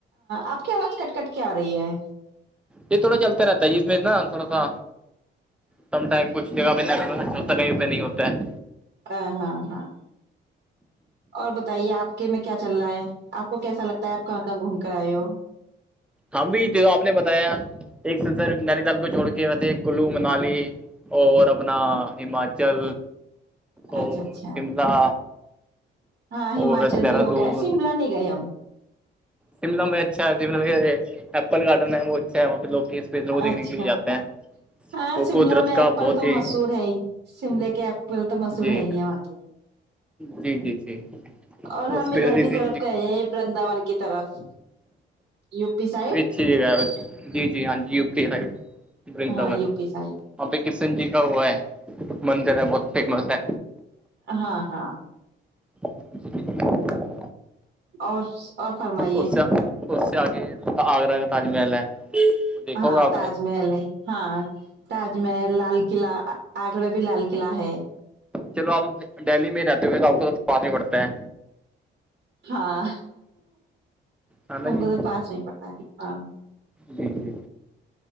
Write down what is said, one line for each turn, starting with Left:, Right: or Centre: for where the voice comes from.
Right: آپ کی آواز کٹ کٹ کیا آ رہی ہے
Centre: یہ تھوڑا چلتا رہتا ہے اس میں نا تھوڑا سا کم ٹائم کچھ جگہ پہ لا ہوتا کہیں پہ نہیں ہوتا ہے
Right: ہاں ہاں ہاں اور بتائیے آپ کے میں کیا چل رہا ہے آپ کو کیسا لگتا ہے آپ کہاں کہاں گھوم کر آئے ہو
Centre: ہم بھی آپ نے بتایا ایک سنسر نینی تال کو چھوڑ کے تھے کلو منالی اور اپنا ہماچل اور
Right: اچھا اچھا
Centre: شملہ
Right: ہاں ہماچل
Centre: اور دہرادون
Right: بھی ہو گ ہے شملہ نہیں گئے ہم
Centre: شملہ میں اچھا ہے شملہ میں ایپل گارڈن ہے وہ اچھا ہے وہاں پہ لوگ بھی اسپیشل دیکھنے
Right: اچھا
Centre: کے لیے جاتے ہیں
Right: ہاں
Centre: وہ
Right: شملہ
Centre: قدرت
Right: میں
Centre: کا
Right: ایپل
Centre: بہت
Right: تو
Centre: ہی
Right: مشہور ہے ہی شملے کے ایپل تو مشہور
Centre: جی
Right: ہے ہی ہے وہاں پے
Centre: جی جی جی
Right: اور
Centre: وہ
Right: ہم
Centre: اسپیشلی
Right: ادھر بھی
Centre: سی
Right: طرف کہے ہیں برندان کی طرف یو پی سائڈ
Centre: ٹھیک ہے جی جی ہاں جی یو پی ہے ڈنن
Right: ہاں
Centre: وہاں
Right: یو پی سائڈ
Centre: پہ کشن جی کا ہوا ہے مندر ہے بہت فیمس ہے
Right: ہاں ہاں
Centre: <unintelligible>
Right: اور اور فرمائیے
Centre: اس سے آگے آگرہ کا تاج محل ہے دیکھو
Right: ہاں
Centre: گا آپ
Right: تاج
Centre: نے
Right: محل ہے ہاں تاج محل لال قلعہ آگرہ میں بھی لال قلع ہے
Centre: چلو آپ دہلی میں رہتے ہوئے تو آپ کو تو ساد نہیں پڑتا ہے
Right: ہاں
Centre: ہے نا
Right: ہم
Centre: جی
Right: کو تو پاس نہیں پڑتا ہے ہاں
Centre: جی جی